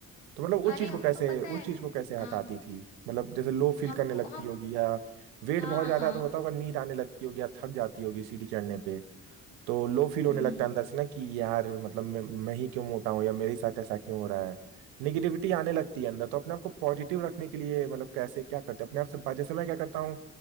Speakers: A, on the right; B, on the left.
A: तो मतलब उस
B: अरे
A: चीज
B: हम
A: को कैसे
B: तो पता
A: उस
B: है
A: चीज को कैसे
B: हाँ
A: हटाती थी मतलब जैसे लो फील
B: हमको
A: करने लगती
B: हम
A: होगी या वेट
B: हाँ
A: बहुत ज्यादा
B: हाँ
A: है तो होता होगा नींद आने लगती होगी या थक जाती होगी सीढ़ी चढ़ने पे। तो लो फील होने
B: हम्म
A: लगता है अंदर से ना कि यार मतलब मैं, मैं ही क्यों मोटा हूँ या मेरे साथ ऐसा क्यों हो रहा है निगेटिविटी आने लगती है अंदर तो अपने आप को पॉजिटिव रखने के लिए मतलब कैसे क्या करते हैं अपने आप से बात जैसे मैं क्या करता हूँ